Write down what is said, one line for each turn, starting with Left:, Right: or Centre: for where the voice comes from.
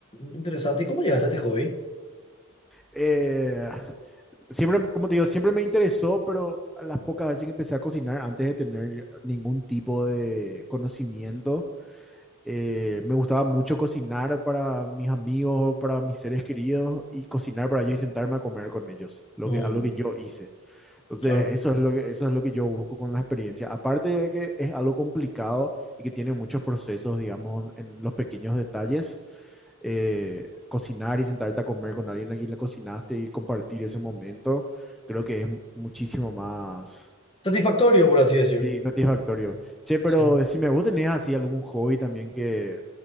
Left: Interesante. ¿Y cómo llegaste a este hobby?
Centre: Eh, siempre, como te digo, siempre me interesó, pero a las pocas veces que empecé a cocinar antes de tener ningún tipo de conocimiento eh, me gustaba mucho cocinar para mis amigos o para mis seres queridos y cocinar para ellos y sentarme a comer con ellos, lo
Left: Mm,
Centre: que, algo que yo hice. Entonces,
Left: claro.
Centre: eso es lo que, eso es lo que yo busco con la experiencia. Aparte de que es algo complicado y que tiene muchos procesos, digamos, en los pequeños detalles, eh, cocinar y sentarte a comer con alguien a quien le cocinaste y compartir ese momento, creo que es muchísimo más...
Left: Satisfactorio, por así decir.
Centre: Sí, satisfactorio. Che, pero
Left: Sí.
Centre: decime, ¿vos tenés así algún hobby también que,